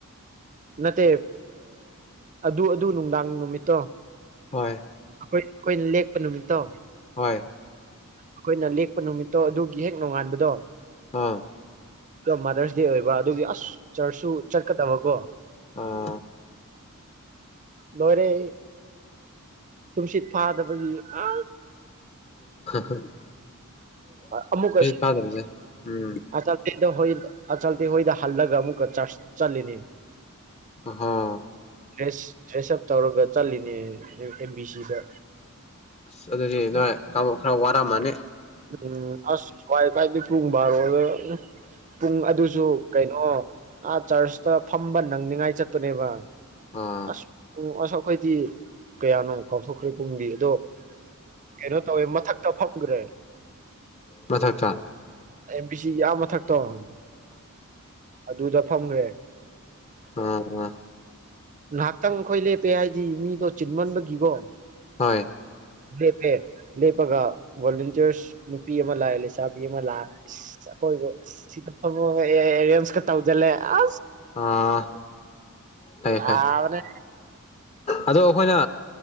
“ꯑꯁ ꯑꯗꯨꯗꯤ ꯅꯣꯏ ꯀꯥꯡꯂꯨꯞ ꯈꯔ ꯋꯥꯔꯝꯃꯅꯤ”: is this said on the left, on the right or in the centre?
Left